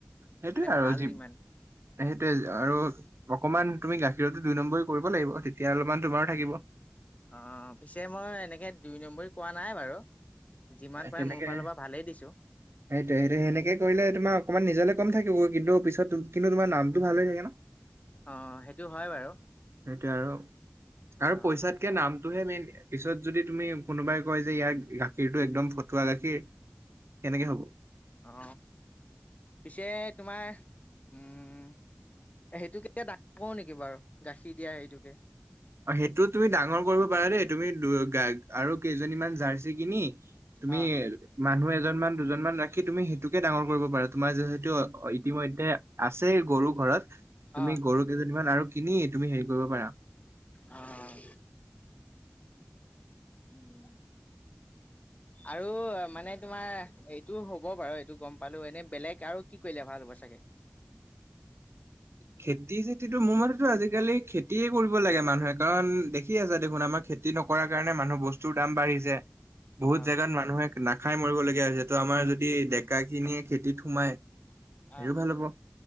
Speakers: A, on the right; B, on the left.
A: সেইটোয়ে
B: মানে
A: আৰু
B: ভাল
A: যি
B: ইমান
A: সেইটোয়ে আৰু অকমান তুমি গাখীৰতো দুই নম্বৰ কৰিব লাগিব তেতিয়া অলপমান তোমাৰো থাকিব
B: অ পিছে মই এনেকে দুই নম্বৰী কোৱা নাই বাৰু যিমান পাৰে
A: তেনেকে
B: মোৰ ফালৰ পৰা ভালেই দিছো
A: সেইটোয় সেইটো সেনেকে কৰিলে তোমাক অকণমান নিজলে কম থাকিব কিন্তু পিছত কিন্তু তোমাৰ নামটো ভাল হৈ থাকে ন
B: অ সেইটো হয় বাৰু
A: সেইটোয়ে আৰু আৰু
B: অ',
A: পইচাতকে নাম সটোহে মেইন পিছত যদি তুমি কোনোবাই কয় যে ইয়াৰ গাখীৰটো একদম ফটুৱা গাখীৰ কেনেকে হব?
B: অ পিছে তোমাৰ উম সেইটোকে ডাঙৰ নেকি বাৰু গাখীৰ দিয়া হেইটোকে
A: অ সেইটো তুমি ডাঙৰ কৰিব পাৰা দেই তুমি দু গ আৰু কেইজনীমান জাৰ্চি কিনি তুমি
B: অ
A: মানুহ এজনমান দুজনমান ৰাখি কি তুমি সেইটোকে ডাঙৰ কৰিব পাৰা তোমাৰ যিহেতু ইতিমধ্যে আছে গৰু ঘৰত তুমি
B: অ
A: গৰু কেইজনীমান আৰু কিনি তুমি হেৰি কৰিব পাৰা
B: আহ উম আৰু মানে তোমাৰ এইটো হ'ব বাৰু এইটো গম পালো এনেই বেলেগ আৰু কি কৰিলে ভাল হ'ব চাগে? <inaudible>
A: খেতি চেতিটো মোৰ মতেতো আজিকালি খেতিয়ে কৰিব লাগে মানুহে কাৰণ দেখি আছে দেখোন আ আমাৰ খেতি নকৰাৰ কাৰণে মানুহ বস্তুৰ দাম বাঢ়িছে। বহুত
B: অ
A: জেগাত মানুহে নাখাই মৰিবলগীয়া হৈছে তো আমাৰ যদি ডেকাখিনিয়ে খেতিত সোমাই
B: অ
A: সও ভাল হ'ব